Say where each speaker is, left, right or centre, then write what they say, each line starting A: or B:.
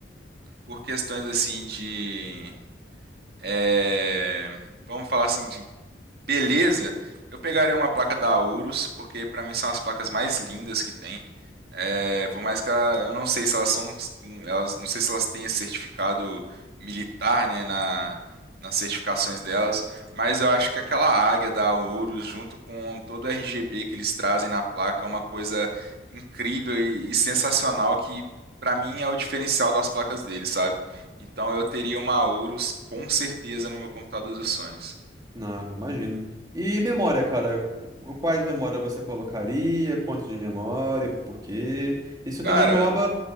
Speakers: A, on the right; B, on the right.
A: Por questões assim de. é, vamos falar assim, de Beleza, eu pegaria uma placa da Aurus, porque pra mim são as placas mais lindas que tem. É, por mais que ela- eu não sei se elas são, elas, não sei se elas têm esse certificado militar, né, na, nas certificações delas, mas eu acho que aquela águia da Aurus, junto com todo o RGB que eles trazem na placa, é uma coisa incrível e, e sensacional que pra mim é o diferencial das placas deles, sabe? Então eu teria uma Aurus com certeza no meu computador dos sonhos.
B: Não, imagino. E memória, cara, qu- quais memórias você colocaria? Quanto de memória? Por quê? Isso
A: Cara,
B: também engloba